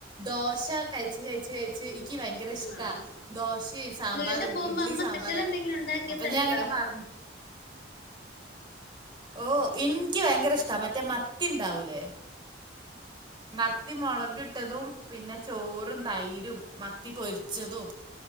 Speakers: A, on the right (about 25°); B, on the left (about 60°).
A: ദോശ കഴിച്ച കഴച്ച് കഴിച്ച്, എനിക്ക് ഭയങ്കര ഇഷ്ടാ
B: ആഹ്
A: ദോശയും സാമ്പാറും
B: വീട്ടിൽ പോകുമ്പോ
A: ഇഡ്ലി
B: അമ്മ
A: സാമ്പാറും
B: സ്പെഷ്യൽ എന്തെങ്കിലും
A: ഒക്കെ
B: ഉണ്ടാക്കി
A: അപ്പൊ
B: തരലുണ്ടോ
A: ഞാൻ അങ്ങനെ പറഞ്ഞ ഓ എനിക്ക് ഭയങ്കര ഇഷ്ടാ മറ്റേ മത്തി ഇണ്ടാവൂലേ മത്തി മുളകിട്ടതും പിന്നെ ചോറും തൈരും മത്തി പൊരിച്ചതും